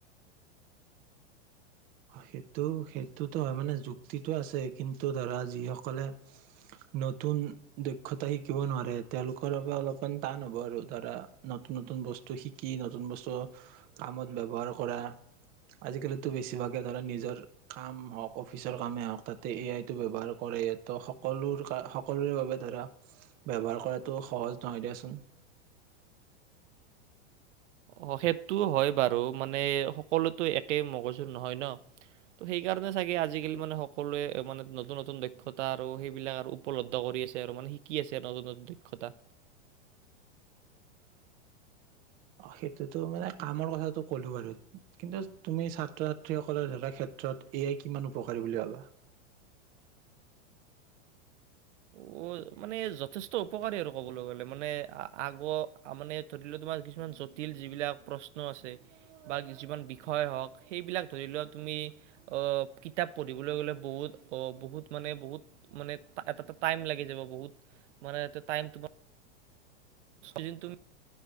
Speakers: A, on the right (about 25°); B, on the right (about 75°).
A: সেইটো সেইটোতো হয় মানে যুক্তিটো আছে কিন্তু ধৰা যিসকলে নতুন দক্ষতা শিকিব নোৱাৰে তেওঁলোকৰ বাবে অলপমান টান হব আৰু ধৰা নতুন নতুন বস্তু শিকি নতুন বস্তু কামত ব্যৱহাৰ কৰা আজিকালিত তো বেছিভাগ ধৰা নিজৰ কাম হওঁক অফিচৰ কামেই হওক তাতে এ আই ব্যৱহাৰ কৰে তো সকলো সকলোৰে বাবে ধৰা ব্যৱহাৰ কৰাতটো সহজ নহয় দিয়াচোন
B: অ সেইটোও হয় বাৰু মানে সকলোতো একে মগজুৰ নহয় ন ত সেইকাৰণে চাগে আজিকালি মানে সকলোৱে মানে নতুন নতুন দক্ষতা আৰু সেইবিলাক আৰু উপলব্ধ কৰি আছে আৰু মানে শিকি আছে নতুন নতুন দক্ষতা
A: সেইটোতো মানে কামৰ কথাটো কলো বাৰু কিন্তু তুমি ছাত্ৰ ছাত্ৰীসকলৰ ধৰা ক্ষেত্ৰত এয়াই কিমান উপকাৰী বুলি ভাবা
B: অ মানে যথেষ্ট উপকাৰী আৰু ক'বলৈ গ'লে মানে আগৰ মানে ধৰি লোৱা তোমাৰ কিছুমান জটিল যিবিলাক প্ৰশ্ন আছে বা যিমান বিষয় হওক সেইবিলাক ধৰি লোৱা তুমি অ কিতাপ পঢ়িবলৈ গ'লে বহুত অ বহুত মানে বহুত মানে এটা এটা টাইম লাগি বহুত মানে এতিয়া টাইম তোমাৰ দিন তুমি